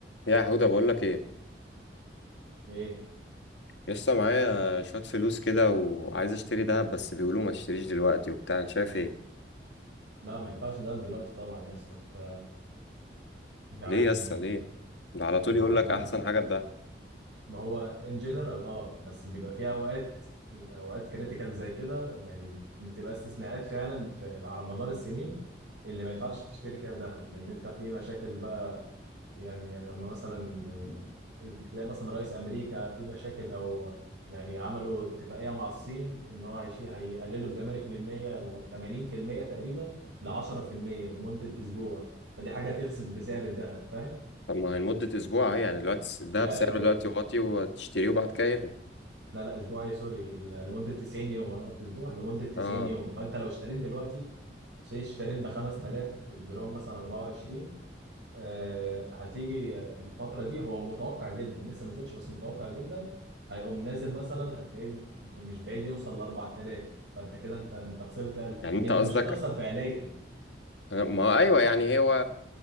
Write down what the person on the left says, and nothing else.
يا حوده بقول لك ايه
لسه معايا شويه فلوس كده وعايز اشتري ذهب بس بيقولوا ما اشتريش دلوقتي وبتاع انت شايف ايه
ليه لسه ليه ده على طول
يقول
لك احسن حاجه الذهب
طب ما هي لمده اسبوع اهي يعني دلوقتي الس- الذهب
سعره دلوقتي واطي وتشتريه وبعد كده يغلى
اه
يعني انت
قصدك
أنا- ما هو ايوه يعني هو